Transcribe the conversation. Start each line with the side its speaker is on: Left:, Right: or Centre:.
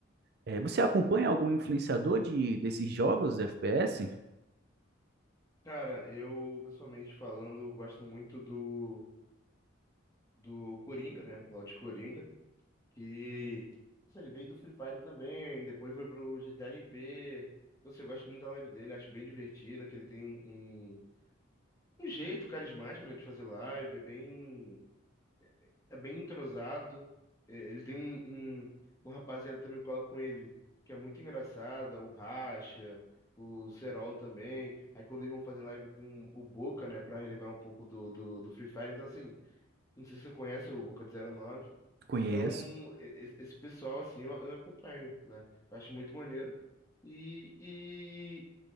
Right: É, você acompanha algum influenciador de desses jogos FPS?
Left: Cara, eu, pessoalmente falando, gosto muito do do Coringa, né? Lord Coringa, que assim, ele veio do Free Fire também, depois foi pro GTRP. Então, assim, eu gosto muito da live dele, acho bem divertida, que ele tem um, um um jeito carismático, né, de fazer live, é bem, é bem entrosado. É, Ele tem um, um, uma rapaziada também que cola com ele, que é muito engraçada, o Racha, o Serol também. Aí quando eles vão fazer live com o Boca, né, pra relembrar um pouco do, do, do Free Fire, então assim, não sei se você conhece o Boca de zero nove.
Right: Conheço.
Left: Então, e- e- esse pessoal, assim, eu, eu acompanho, né? Eu acho muito maneiro. E, e